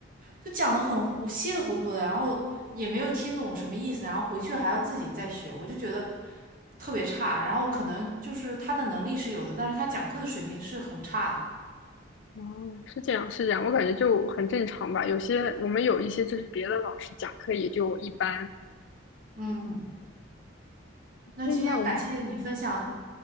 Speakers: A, on the right (about 45°); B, on the left (about 65°).
A: 就讲的很糊，稀里糊涂的，然后也没有听懂什么意思，然后回去还要自己再学，我就觉得特别差。然后可能就是他的能力是有的，但是他讲课的水平是很差的。
B: 哦，是这样是这样，我感觉就很正常吧。有些我们有一些就是别的老师讲课也就一般。
A: 嗯，那今天感谢你分享
B: 哎，那我